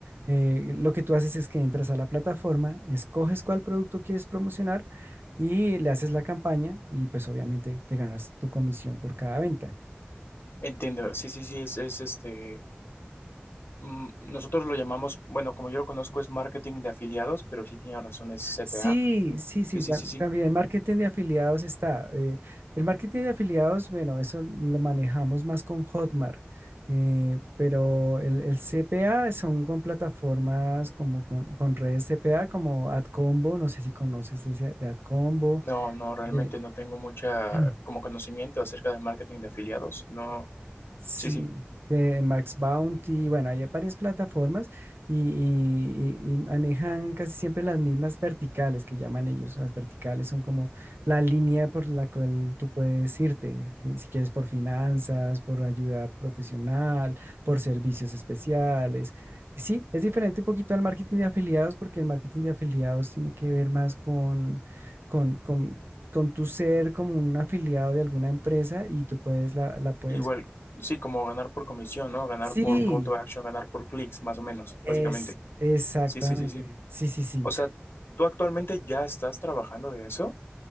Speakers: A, on the right; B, on the left.
A: eh, lo que tú haces es que entras a la plataforma, escoges cuál producto quieres promocionar y le haces la campaña y pues obviamente te ganas tu comisión por cada venta.
B: Entiendo, sí, sí, sí, es, es este, mm, nosotros lo llamamos, bueno, como yo lo conozco es marketing de afiliados, pero sí tiene razón, es CPA.
A: Sí, sí, sí,
B: Sí, sí,
A: ta-
B: sí, sí.
A: también el marketing de afiliados está. eh, el marketing de afiliados, bueno, eso lo manejamos más con Hotmart, eh, pero el, el CPA son con plataformas como con, con redes CPA como AdCombo, no sé si conoces ese de AdCombo,
B: No, no, realmente
A: de,
B: no tengo mucha
A: <clears throat>
B: como conocimiento acerca del marketing de afiliados. No,
A: Sí,
B: sí, sí.
A: de Max Bounty, bueno, hay varias plataformas y, y- y- y manejan casi siempre las mismas verticales que llaman ellos. Las verticales son como la línea por la cual tú puedes irte, si, si quieres por finanzas, por ayuda profesional, por servicios especiales. Sí, es diferente un poquito al marketing de afiliados porque el marketing de afiliados tiene que ver más con, con, con, con tu ser como un afiliado de alguna empresa y tú puedes la, la puedes
B: Igual, sí, como ganar por comisión, ¿no? Ganar
A: Sí,
B: por call to action, ganar por clics, más o menos,
A: es
B: básicamente.
A: exactamente.
B: Sí, sí, sí, sí.
A: Sí, sí, sí.
B: O sea, ¿tú actualmente ya estás trabajando de eso?